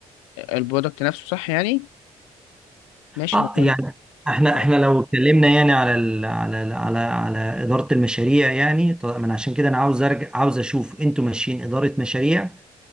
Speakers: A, on the left (about 85°); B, in the centre.
A: البرودكت نفسه صح يعني ماشي
B: اه
A: ما هو
B: يعني احنا
A: ما هو-
B: احنا لو اتكلمنا يعني على ال على ال على على اداره المشاريع يعني طب من عشان كده انا عاوز ارجع عاوز اشوف انتوا ماشيين اداره مشاريع